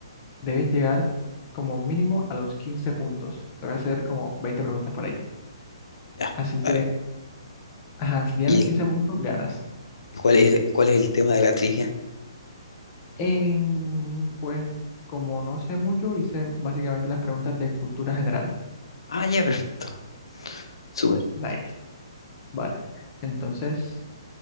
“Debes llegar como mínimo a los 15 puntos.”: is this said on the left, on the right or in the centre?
Left